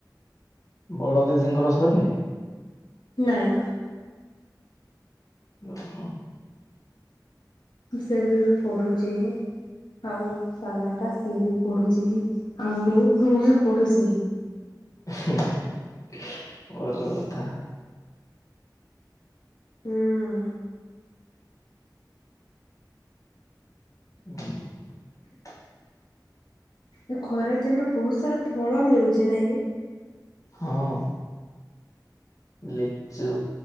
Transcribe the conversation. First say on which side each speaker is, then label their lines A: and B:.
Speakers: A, on the left; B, on the left.
A: ବଡ଼ ଦିଦି ଙ୍କର ସରିନି?
B: ନାଇ
A: ଓହୋ
B: ସେ ଏବେ ପଢୁଛି ହିଁ। ଆଉ ସାନ ଟା ସିଏ ବି ପଢୁଛି ହିଁ ଆଉ ମୁଁ ବି ପଢୁଛି ହିଁ।
A: ହିଁ ହୁଁ ଭଲ କଥା।
B: ହୁଁ
A: <inaudible>
B: ଏ ଖରାଦିନରେ ବହୁତ ସାରା ଫଳ ମିଳୁଚି ନାଇଁ କି?
A: ହଁ। ଲିଚୁ,